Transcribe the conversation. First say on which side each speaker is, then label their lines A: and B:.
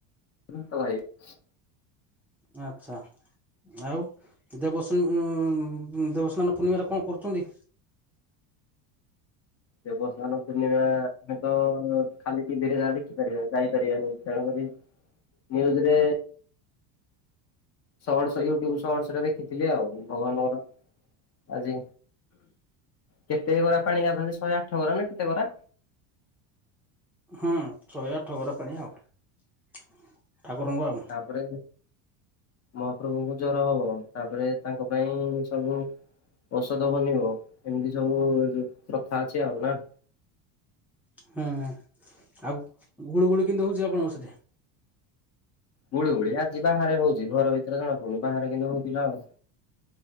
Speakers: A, on the left; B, in the centre.
A: ଭୋକ
B: ଆଚ୍ଛା। ଆଉ ଦେବ ସନ ଦେବସ୍ନାନ ପୂର୍ଣ୍ଣିମାରେ କଣ କରୁଛନ୍ତି?
A: ଦେବସ୍ନାନ ପୂର୍ଣ୍ଣିମା ଆମେ ତ ଖାଲି ଟିଭିରେ ଯାହା ଦେଖିପାରିବା ଯାଇପାରିବାନି ତେଣୁକ ନ୍ୟୁଜରେ ସଟ ୟୁଟ୍ୟୁବ ସଟସ ରେ ଦେଖିଥିଲି ଆଉ ଭଗବାନଙ୍କର ଆଜି କେତେ ଗରା ପାଣିରେ ଗାଧାନ୍ତି? ଶହେ ଆଠ ଗରା ନା କେତେ ଗରା?
B: ହୁଁ ଶହେ ଆଠ ଘର ପାଣି ଆଉ। ଠାକୁରଙ୍କର
A: ତାପରେ ମହାପ୍ରଭୁଙ୍କୁ ଜ୍ୱର ହବ ତାପରେ ତାଙ୍କ ପାଇଁ ସବୁ ଔଷଧ ବନିବ ଏମିତି ସବୁ ପ୍ରଥା ଅଛି ଆଉ ନା?
B: ହଁ ଆଉ ଗୁଳୁଗୁଳୁ କେନ୍ତତି ହଉଚି ଆପଣଙ୍କ ସେଠି?
A: ଗୁଳୁଗୁଳି ଆଜି ବାହାରେ ହଉଚି ଘର ଭିତରେ ଜଣା ପଡୁନି ବାହାରେ କିନ୍ତୁ ହଉଥିଲା ଆଉ